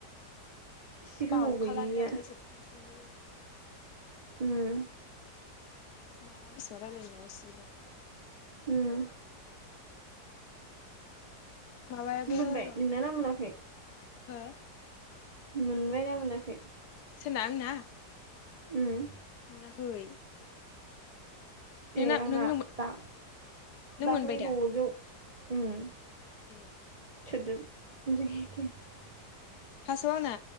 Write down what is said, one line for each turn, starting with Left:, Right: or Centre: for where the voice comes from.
Right: सिगाङाव
Left: बावखालानो
Right: गैयैया
Left: ओमफाय जोबखानसैनो।
Right: उम।
Left: मा बेसेबां रायलायनो मोनबावगोनसि बेलाय।
Right: उम।
Left: माबायाबो
Right: मोनबाय
Left: र'
Right: <unintelligible> मोनाखै?
Left: हो।
Right: मोनबायना मोनाखै?
Left: <unintelligible> आंना?
Right: उम।
Left: मोनाखै। नोंना
Right: ए आंना
Left: नोंनो
Right: दा
Left: नों
Right: दाख्लै
Left: मोनबाय दा
Right: द'जौ। उम।
Left: ए
Right: <unintelligible>
Left: फास आव आंना